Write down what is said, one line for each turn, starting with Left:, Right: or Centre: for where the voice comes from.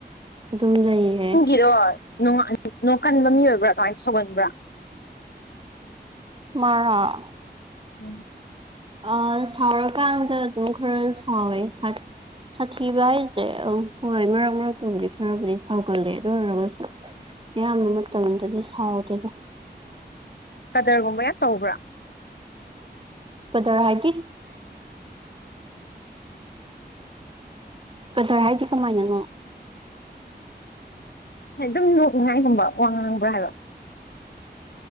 Right: ꯑꯗꯨꯝ ꯂꯩꯏꯌꯦ
Left: ꯍꯔꯣꯣꯏ ꯅꯣꯡ ꯀꯟꯕ ꯃꯤ ꯑꯣꯏꯕ꯭ꯔꯥ ꯀꯃꯥꯏꯅ ꯁꯧꯒꯟꯕ꯭ꯔꯥ
Right: ꯃꯥꯉ
Left: ꯎꯝ
Right: ꯑ ꯁꯥꯎꯔꯀꯥꯟꯗ ꯑꯗꯨꯝ ꯈꯔ ꯁꯥꯎꯋꯦ ꯁꯥꯊꯤꯕ ꯍꯥꯏꯁꯦ ꯑ ꯍꯣꯏ ꯃꯔꯛ ꯃꯔꯛꯇꯕꯨꯗꯤ ꯈꯔꯕꯨꯗꯤ ꯁꯥꯎꯒꯠꯂꯦ ꯑꯗꯨ ꯑꯣꯏꯔꯒꯁꯨ ꯑꯌꯥꯝꯕ ꯃꯇꯝꯗꯗꯤ ꯁꯥꯎꯗꯒ
Left: ꯀꯗꯔꯒꯨꯝꯕ ꯌꯥꯝ ꯇꯧꯕ꯭ꯔꯥ
Right: ꯀꯗꯔ ꯍꯥꯏꯗꯤ ꯀꯗꯔ ꯍꯥꯏꯗꯤ ꯀꯃꯥꯏꯅꯅꯣ
Left: ꯎꯝ ꯑꯗꯨꯝ ꯅꯣꯛꯅꯤꯡꯉꯥꯏꯒꯨꯝꯕ ꯋꯥ ꯉꯥꯡꯕ꯭ꯔꯥ ꯍꯥꯏꯕ